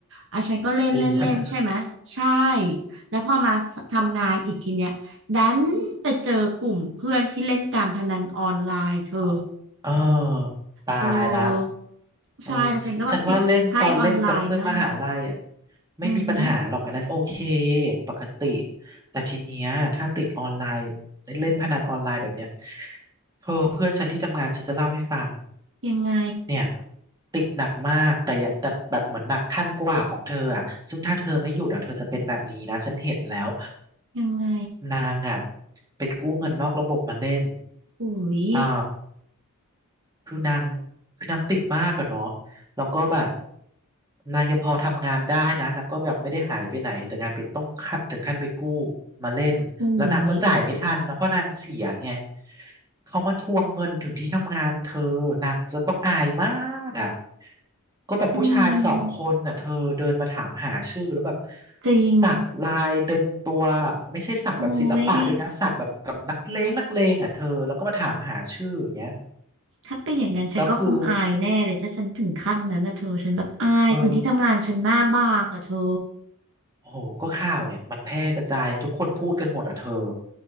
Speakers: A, on the right; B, on the right.
A: อ่ะฉันก็เล่นเล่นเล่นใช่ไหมใช่
B: อูอันนั้น
A: แล้วพอมาทำงานอีกทีเนี้ยดันไปเจอกลุ่มเพื่อนที่เล่นการพนันออนไลน์เธอ
B: เออเออตายละ
A: เออ
B: เออ
A: ใช่แล้วฉันก็แบบติดไพ่ออนไลน์มาก
B: ฉันว่าเล่นตอนเล่นกับเพื่อนมหาลัยอ่ะไม่มีปัญหาหรอกอันนั้นโอเค
A: อือหือ
B: ปกติแต่ทีเนี้ยถ้าติดออนไลน์เล่นพนันออนไลน์แบบเนี้ยเธอเพื่อนฉันที่ทำงานฉันจะเล่าให้ฟัง
A: ยังไง
B: เนี่ยติดหนักมากแต่อย่าแต่แบบเหมือนหนักขั้นกว่าของเธออ่ะซึ่งถ้าเธอไม่หยุดอ่ะเธอจะเป็นแบบนี้นะฉันเห็นแล้ว
A: ยังไง
B: นางอ่ะไปกู้เงินนอกระบบมาเล่น
A: อุ้ย
B: อ่า คือนางคือนางติดมากอะเนาะแล้วก็แบบนางยังพอทำงานได้นะนางก็แบบไม่ได้หายไปไหนแต่งานไปต้องขั้นถึงขั้นไปกู้มาเล่นแล้วนางก็จ่ายไม่ทันนะเพราะนางเสียไง
A: อุ้ย
B: เขามาทวงเงินถึงที่ทำงานเธอนางจะต้องอายมากอ่ะก็แบบผู้ชายสองคนน่ะเธอเดินมาถามหาชื่อแล้วแบบ
A: อืมจริง
B: สักลายเต็มตัวไม่ใช่สักแบบศิลปะด้วยนะสักแบบแบบนักเลงนักเลงอ่ะเธอแล้วก็มาถามหาชื่ออย่างเงี้ย
A: อุ้ย ถ้าเป็นอย่างนั้นฉันก็คงอายแน่เลยถ้าฉันถึงขั้นนั้นนะเธอฉันแบบอายคนที่ทำงานฉันหน้าบางอะเธอ
B: แล้วคือ เธอโอ้โหก็ข่าวเนี่ยมันแพร่กระจายทุกคนพูดกันหมดอ่ะเธอ